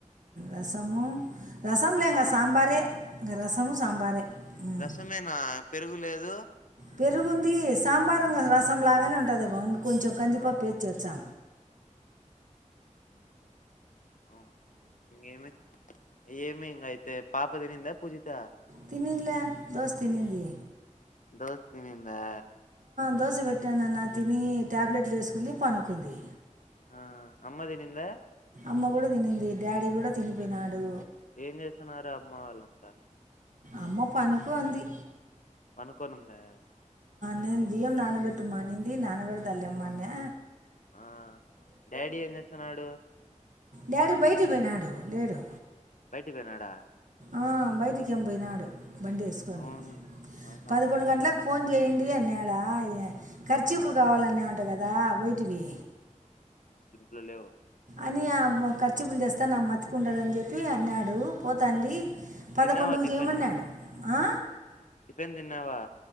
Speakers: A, on the right; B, on the left.
A: రసము రసం లేంక
B: ఆ
A: సాంబారే. ఇంకా రసము సాంబారే. ఉమ్.
B: రసమేనా పెరుగులేదు.
A: పెరుగుంది సాంబారున్నది రసం లాగానే ఉంటది బాగు కొంచెం కంది
B: ఆ
A: పప్పు ఇచోచ్చా.
B: ఆ ఇంగేమి ఏమి హింగ్యాతే. పాప తినిందా పూజిత.
A: తినలే దోస్ తినింది.
B: దోస్ తినిందా.
A: దోస పెట్టననా తిని. ట్యాబ్లెట్లు వేసుకుంది పడుకుంది.
B: ఆహ్ అమ్మా తినిందా.
A: అమ్మ కూడా తినింది డాడీ కూడా తినిపోయినాడు.
B: ఏం చేస్తున్నారు అమ్మ వాళ్ళంతా.
A: అమ్మ పడుకుంది.
B: పనుకోనుందా.
A: నేను బియ్యం నానబెట్మానింది నానబెడతలేమ్మా అని.
B: ఆ డాడీ ఏం చేస్తున్నాడు
A: డ్యాడీ బయటికి పోయనాడు లేడు
B: బయటికిపోయినాడా
A: ఆ బయటికి జం పోయినాడు బండిఎసుకొని
B: అవునులే ఆహా
A: పదకొండు గంటలకు ఫోన్ ఏంది ఎన్నడాయ్య కర్చిపులూ
B: ఆ
A: కావాలన్నావ్ అంటకదా వైట్ వి
B: లు లేవు
A: అని ఆమ్ కర్చిపులు తెస్తాన మంచిగా ఉంటది అని చెప్పి అన్నాడు పోతాందీ పదకొండుకు
B: తిన్నావా టిఫిన్
A: చేయమన్నాడు ఆ
B: టిఫిన్ తిన్నావా